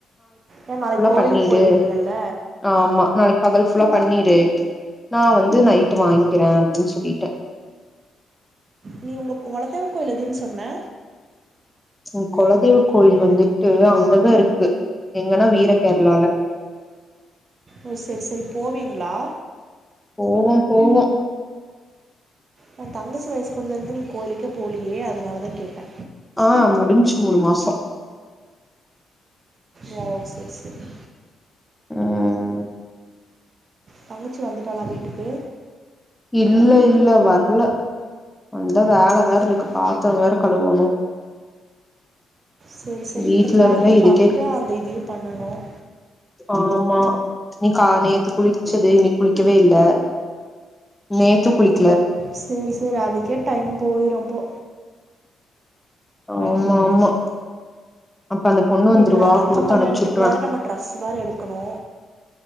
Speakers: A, on the right (about 35°); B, in the centre.
A: ஏ நாளைக் கோயிலுக்கு
B: பண்ணிரு
A: போயிருவீங்கல்ல
B: ஆமா நாளைக்கு பகல் ஃபுல்லா பண்ணிரு நா வந்து நைட்டு வாங்கிக்கிறே அப்டின் சொல்லிட்டே
A: நீ உங்க கொலதெய்வ கோயில் எதுன் சொன்ன
B: ம் கொலதெய்வ கோயில் வந்துட்டு அங்கதா இருக்கு எங்கன்னா வீர கேரளால
A: ஓ சரி சரி போவீங்களா
B: போவோம் போவோம்
A: ஓ தங்கச்சி வயசுக்கு வந்தது இருந்து நீங்க கோயிலுக்கே போலயே அதனாலதா கேட்டே
B: ஆ முடிஞ்சு மூணு மாசம்
A: ஓ சேரி சேரி
B: ம்
A: தங்கச்சி வந்துட்டாளா வீட்டுக்கு
B: இல்ல இல்ல வரல அந்த வேல வேற
A: சரி
B: இருக்கு பாத்திர வேற கழுவணும்
A: சரி சரி
B: வீட்ல
A: இப்படி வேலையும்
B: இருந்த இதுக்கே
A: பார்த்துட்டு அந்த இதையும் பண்ணணும்
B: ஆமா நீ க்கா நேத்து குளிச்சது இன்னிக் குளிக்கவே இல்ல நேத்து குளிக்
A: சேரி சேரி அதுக்கே டைம் போயிரும்ப்போ
B: ஆமா ஆமா அப்ப அந்த பொண்ணு
A: இல்ல
B: வந்துருவா
A: அந்த அக்கா
B: குடுத்து
A: கல்யாணத்துக்கு
B: அனுப்ச்சுட்ருவே
A: வேற நம்ம ட்ரெஸ் வேற எடுக்கணு